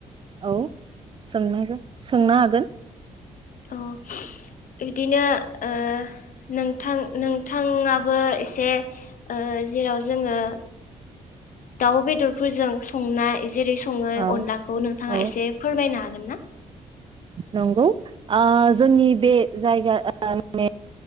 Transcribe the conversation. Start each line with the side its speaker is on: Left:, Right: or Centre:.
Right: औ <unintelligible> सोंनो हागोन
Left: अ बिदिनो ओ नोंथां नोंथाङाबो एसे जेराव जोङो दाउ बेदरफोरजों संना जेरै सङो
Right: औ
Left: अनलाखौ नोंथाङा
Right: औ
Left: एसे फोरमायनो हागोन हागोन ना
Right: नंगौ ओ जोंनि बे जायगा ओ माने